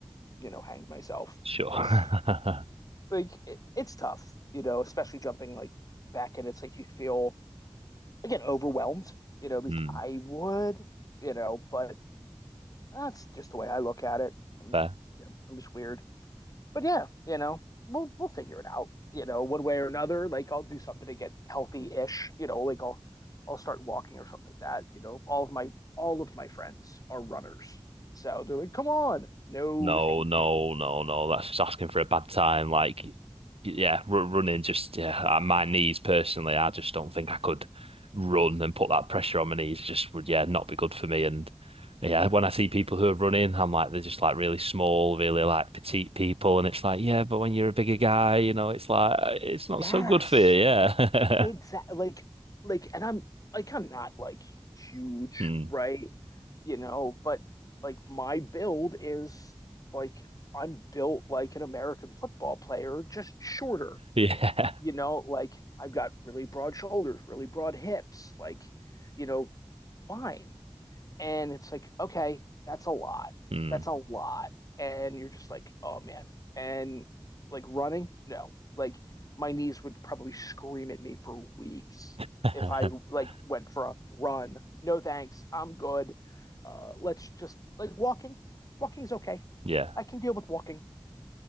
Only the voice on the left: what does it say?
you know, hang myself
because
like it, it's tough, you know, especially jumping like back in. It's like you feel again overwhelmed, you know, at least
I would, you know, but that's just the way I look at it. I'm,
again, I'm just weird, but yeah, you know, we'll, we'll figure it out, you know, one way or another. Like I'll do something to get healthy ish, you know, like I'll, I'll start walking or something like that. You know, all of my, all of my friends are runners. So they're like, come on. No,
thank
you.
Yes.
exactly like like and I'm like I'm not like huge,
right? You know, but like my build is like I'm built like an American football player, just shorter.
You know, like I've got really broad shoulders, really broad hips, like, you know, fine and it's like okay that's a lot
that's a lot and you're just like oh man and like running no like my knees would probably scream at me for weeks
if i like went for a run no thanks i'm good uh let's just like walking walking's okay
i can deal with walking